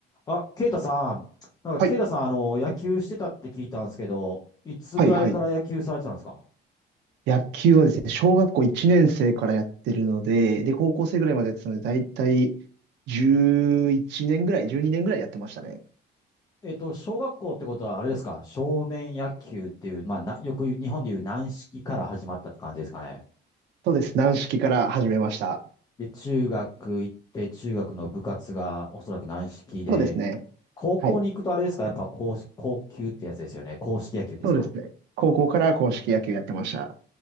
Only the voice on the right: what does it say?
はい、
はい、はい。野球はですね、小学校1年生からやってるので、で、高校生ぐらいまでやってたので、だいたい11年ぐらい、12年ぐらいやってましたね。
そうです。軟式から始めました。
そうですね。
はい。
そうですね。高校から硬式野球やってました。